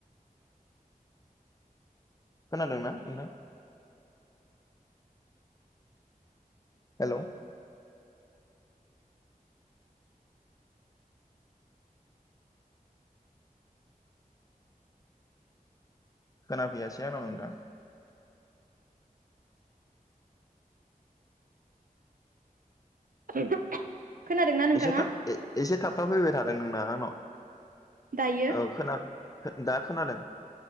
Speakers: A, on the left (about 25°); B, on the right (about 70°).
A: खोनादों ना नोंथां? हेलव? खोनाफैयासै आंनाव नोंथां।
B: <inaudible> खोनादोंना नोंथाङा
A: एसे था एसे थाबथाफैबाय थादों नोंना आंनाव।
B: दायो
A: औ खोना दा खोनादों।